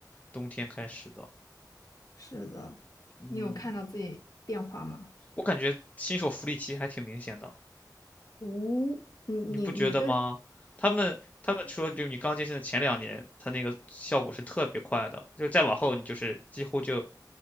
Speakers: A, on the left; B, on the left.
A: 冬天开始的，
B: 是的，
A: 嗯，
B: 你有看到自己变化吗？
A: 我感觉新手福利期还挺明显的，
B: 无、你你你跟，
A: 你不觉得吗？他们他们说，就你刚健身的前两年，他那个效果是特别快的，就再往后你就是几乎就